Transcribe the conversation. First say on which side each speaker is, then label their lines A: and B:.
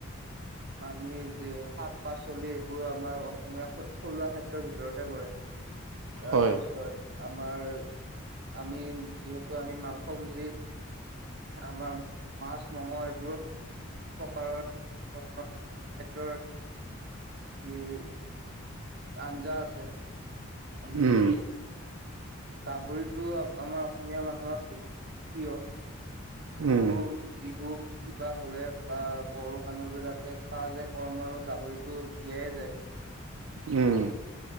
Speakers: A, on the right; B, on the right.
A: আমি যে শাক-পাচলি এইবোৰ আমাৰ অসমীয়া থ- থলুৱা খাদ্যৰ ভিতৰতে পৰে। তাৰপিছত
B: হয়
A: আমাৰ। আমি যিহেতু আমি মাংসভোজি, আমাৰ মাছ-মঙহ এইবোৰ বহুত প্ৰকাৰৰ ধৰণৰ সেয়া খাদ্যৰ। উ, আঞ্জা আছে, আমি
B: উম
A: গাহৰিটো আম-আমাৰ অসমীয়া মানুহৰ বহুত প্ৰিয়।
B: উম
A: বিহু, বিহু কিবা হলে বা বড়ো মানুহ বিলাকে কাজে কৰ্মও গাহৰিতো দিয়াই যায়।
B: উম।